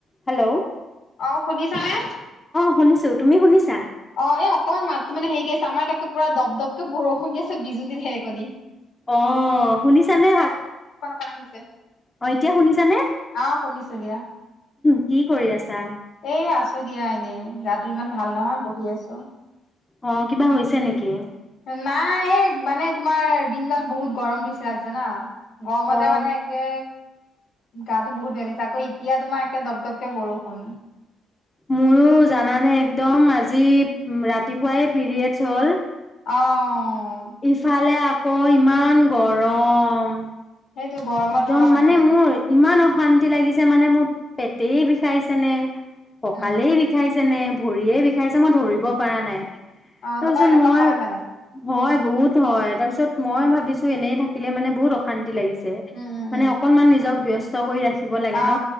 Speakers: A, on the left; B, on the left.
A: Hello
B: অ' শুনিছানে?
A: শুনিছো তুমি শুনিছ,
B: অ' এ অকণমান মাত টো হেৰি কৰি আছে আমাৰ তকে পৰা দপকে দপকে বৰষুণ দি আছে বিজুলী ঢেৰকণী
A: অ', শুনিছানে ভাল
B: <unintelligible> আহিছে।
A: অ', এতিয়া শুনিছানে?
B: অ শুনিছো দিয়া।
A: কি কৰি আছা?
B: এই আছো দিয়া এনে গাত টো ইমান ভাল নহয় <unintelligible>
A: অ', কিবা হৈছে নেকি?
B: নাই এই মানে তোমাৰ দিনডাল বহুত গৰম দিছিলে আজি জানা গৰমতে
A: অ
B: মানে একে গা টো বহুত বেয়া লাগিছে আকৌ এতিয়া তোমাৰ একে দপ-দপকে বৰষুণ।
A: মোৰো জানানে একদম আজি ৰাতিপুৱাই পিৰিয়ডছ হ'ল।
B: অ'।
A: ইফালে কৈ ইমান গৰম।
B: সেইটো গৰমত
A: একদম
B: বৰ অশান্তি
A: মানে
B: লাগে
A: মোৰ ইমান অশান্তি লাগিছে মানে মোৰ। পেটেই বিষাইছে নে কঁকালেই
B: উম
A: বিষাইছেনে। ভৰিয়ে বিষাইছে মই ধৰিব পাৰা নাই।
B: অ
A: <unintelligible>
B: তোমাৰ
A: চোন
B: এনেকুৱা
A: মই
B: হয় মানে
A: হয়। বহুত হয়, তাৰপিছত মই ভাবিছো এনেই থাকিলে মানে বহুত অশান্তি লাগিছে।
B: উম উম
A: মানে
B: উম
A: অকণমান নিজক ব্যচ ত কৰি ৰাখি ব লাগে
B: অ
A: ন?